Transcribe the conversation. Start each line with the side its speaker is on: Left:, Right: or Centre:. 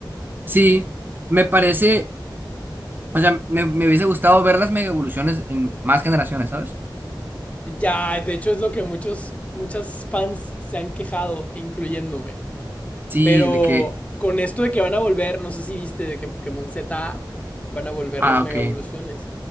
Right: sí, me parece, o sea, me, me hubiese gustado ver las mega evoluciones en más generaciones, ¿sabes?
Left: Ya, de hecho es lo que muchos, muchas fans se han quejado, incluyéndome.
Right: Sí,
Left: Pero
Right: de que,
Left: con esto de que van a volver, no sé si viste de que en Pokémon Z van a volver
Right: ah,
Left: las mega
Right: ok,
Left: evoluciones.